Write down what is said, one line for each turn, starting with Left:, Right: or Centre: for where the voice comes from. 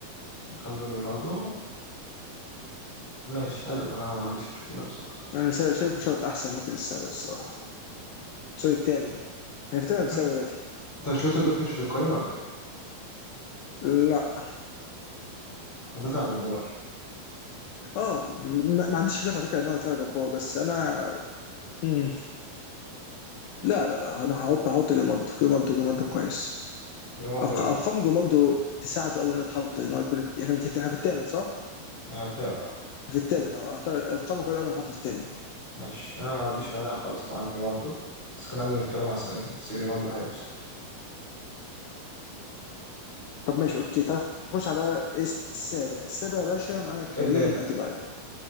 Centre: خاندرو جريمالدو ماشي حلو انا ما عنديش مشكله بصراحه
Left: انا شا- شايفه شوط احسن المركز السابع الصراحه سوري الثامن انا في الثامن
Centre: مم.
Left: السابع دلوقتي
Centre: انت مش لوتر بيك مش في القايمه ولا ايه
Left: لا
Centre: مدافع جبار
Left: اه ما, ما عنديش خلاف على فكره ان هو دفاع جبار بس انا مم. لا لا لا انا هحط هحط جريمالدو جريمالدو جريمالدو كويس
Centre: جريمالدو
Left: أرق-
Centre: جميل
Left: ارقام جريمالدو تساعده قوي ان هو يتحط ان هو يكون احنا في الت- إحنا في الثامن صح؟
Centre: هتعمل اه
Left: في الثامن اه اعتقد ارقامه كويسه قوي انه يتحط في الثامن
Centre: ماشي انا ما عنديش مانع خالص مع جريمالدو بس كان عندي مشكله مع سانيه بس جريمالدو حلو بصراحه
Left: طب ماشي
Centre: ماشي
Left: اوكي تعال نخش على السابع السابع يا باشا معانا كريم
Centre: ابدا انت
Left: اديبايو